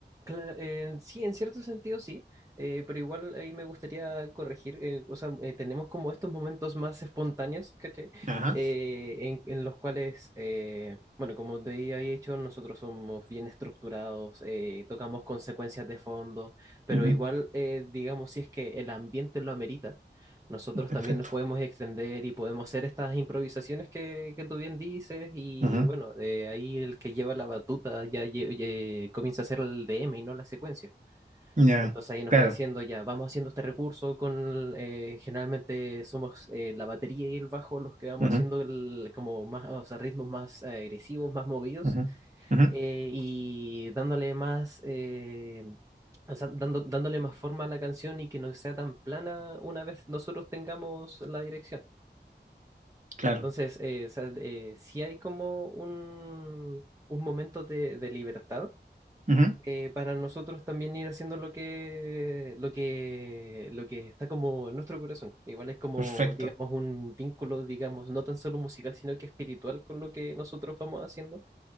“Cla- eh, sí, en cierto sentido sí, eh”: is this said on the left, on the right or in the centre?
Right